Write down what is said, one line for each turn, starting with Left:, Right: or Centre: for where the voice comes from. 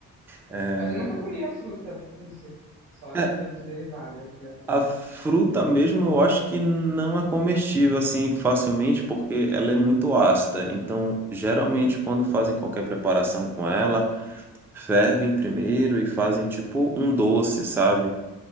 Centre: Eh,
Right: Mas eu nunca comi a fruta em si, só as
Centre: é,
Right: coisas derivadas dela.
Centre: a fruta mesmo eu acho que não é comestível assim facilmente porque ela é muito ácida. Então, geralmente,
Right: É.
Centre: quando fazem qualquer preparação com ela, fervem primeiro e fazem tipo um doce, sabe?